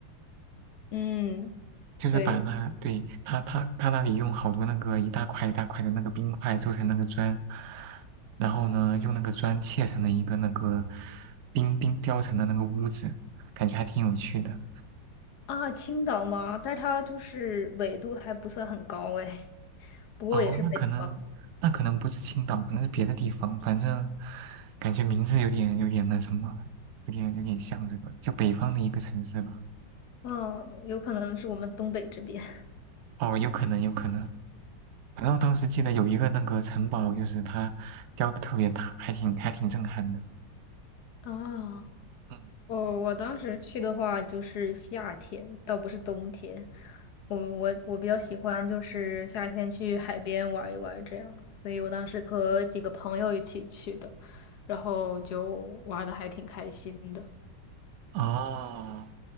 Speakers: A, on the left (about 65°); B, on the right (about 60°).
A: 嗯，
B: 就是把那，
A: 对
B: 对，他他他那里用好多那个一大块一大块的那个冰块做成那个砖，然后呢，用那个砖砌成了一个那个冰冰雕成的那个屋子，感觉还挺有趣的。
A: 啊，青岛嘛，但是它就是纬度还不算很高诶，<laughs> 不过也是北方，
B: 哦，那可能，那可能不是青岛，可能是别的地方。反正感觉名字有点有点那什么，有点有点像这个，就北方的一个城市吧。
A: 嗯，有可能是我们东北这边
B: 哦，有可能，有可能。反正我当时记得有一个那个城堡，就是它雕的特别大，还挺还挺震撼的。
A: <laughs> 啊。
B: 嗯，
A: 哦，我当时去的话就是夏天，倒不是冬天。我我我比较喜欢就是夏天去海边玩一玩这样，所以我当时和几个朋友一起去的，然后就玩的还挺开心的。
B: 哦，